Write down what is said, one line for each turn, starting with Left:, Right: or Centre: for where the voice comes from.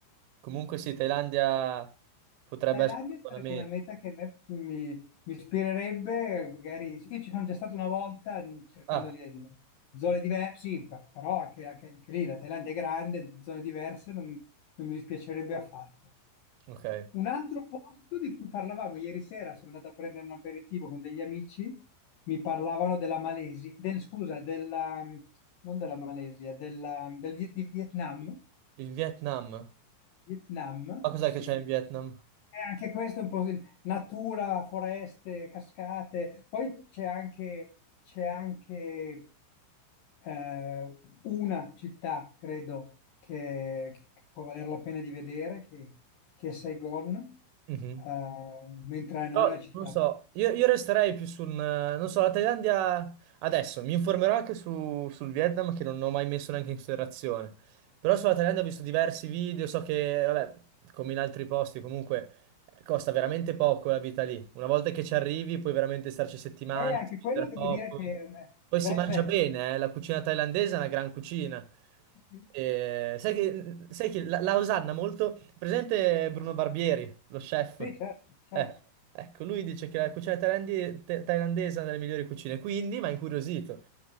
Right: Comunque sì, Thailandia potrebbe
Left: Thailandia
Right: essere una buona
Left: sarebbe
Right: meta.
Left: una meta che a me mi, mi ispirerebbe, magari io ci sono già stato una volta mh, cercando
Right: Ah,
Left: di mm, zone diverse, sì, per- però anche, anche- anche lì la Thailandia è grande, zone diverse non, non mi dispiacerebbe affatto.
Right: ok.
Left: Un altro posto di cui parlavamo ieri sera, sono andato a prendere un aperitivo con degli amici, mi parlavano della Malesia, del, scusa, della, mm, non della Malesia, della, mm, del Vi- di Vietnam,
Right: Il Vietnam.
Left: Vietnam,
Right: Ma cos'è
Left: sì.
Right: che c'è in Vietnam?
Left: Eh, anche questo è un po' di natura, foreste, cascate. Poi c'è anche, c'è anche eh, una città, credo, che, che può valere la pena di vedere, che, che è Saigon,
Right: Mhm.
Left: eh, mentre non
Right: Però
Left: è una città.
Right: non so, io, io resterei più sul, non so, la Thailandia adesso, mi informerò anche su- sul Vietnam che non ho mai messo neanche in considerazione, però sulla Thailandia ho visto diversi video, so che, vabbè, come in altri posti comunque eh, costa veramente poco la vita lì, una volta che ci arrivi puoi veramente starci settimane,
Left: E anche
Right: spendere
Left: quello devo
Right: poco.
Left: dire che... eh,
Right: Poi
Left: beh,
Right: si mangia
Left: cioè,
Right: bene, eh, La cucina thailandese è una gran cucina.
Left: sì,
Right: E sai che, sai che la, la osanna molto... Presente Bruno Barbieri, lo chef?
Left: sì, certo, certo.
Right: Eh, ecco, lui dice che la cucina thailandi- th- thailandese è una delle migliori cucine, quindi mi ha incuriosito.